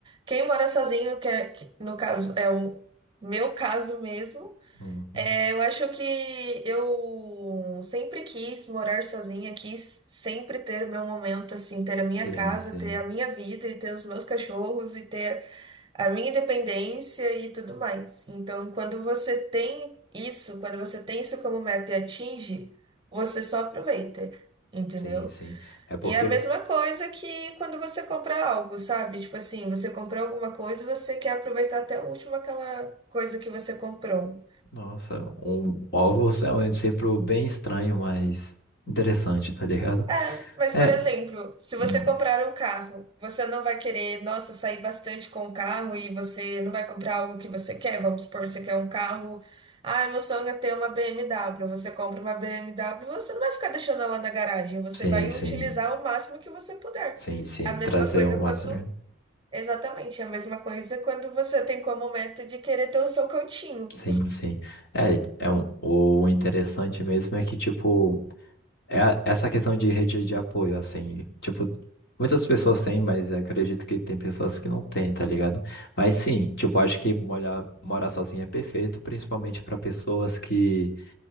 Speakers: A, on the right; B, on the left.
A: quem mora sozinho, que, é, que no caso é o meu caso mesmo,
B: Uhum.
A: é, eu acho que eu sempre quis morar sozinha, quis sempre ter o meu momento, assim, ter a minha
B: Sim,
A: casa,
B: sim.
A: ter a minha vida e ter os meus cachorros e ter a minha independência e tudo mais. Então, quando você tem isso, quando você tem isso como meta e atinge, você só aproveita, entendeu?
B: Sim, sim. É porque
A: E é a mesma coisa que quando você compra algo, sabe? Tipo assim, você comprou alguma coisa e você quer aproveitar até o último aquela coisa que você comprou.
B: Nossa, um ovo realmente sempre bem estranho, mas interessante, tá ligado?
A: É, mas
B: É,
A: por exemplo, se você
B: hum,
A: comprar um carro, você não vai querer, nossa, sair bastante com o carro e você não vai comprar algo que você quer. Vamos supor, você quer um carro. Ah, meu sonho é ter uma BMW. Você compra uma BMW, você não vai ficar deixando ela na garagem, você
B: sim,
A: vai
B: sim,
A: utilizar o máximo que você puder.
B: sim, sim,
A: É a
B: trazer
A: mesma coisa
B: um
A: quando.
B: Messenger,
A: Exatamente, é a mesma coisa quando você tem como meta de querer ter o seu cantinho.
B: sim, sim. É, é um, o interessante mesmo é que, tipo, é a- essa questão de rede de apoio, assim, tipo, muitas pessoas têm, mas acredito que tem pessoas que não têm, tá ligado? Mas sim, tipo, acho que molhar, morar sozinho é perfeito, principalmente para pessoas que